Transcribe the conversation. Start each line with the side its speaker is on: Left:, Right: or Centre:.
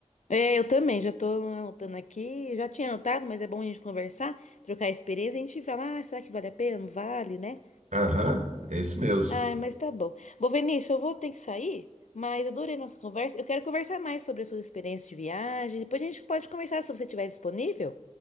Left: É, eu também, já tô anotando aqui. Já tinha anotado, mas é bom a gente conversar, trocar experiência. A gente fala, ah, será que vale a pena? Não vale, né?
Right: Aham, é isso mesmo.
Left: Ah, mas tá bom. Bom, Vinícius, eu vou ter que sair, mas adorei nossa conversa. Eu quero conversar mais sobre as suas experiências de viagem. Depois a gente pode conversar se você estiver disponível.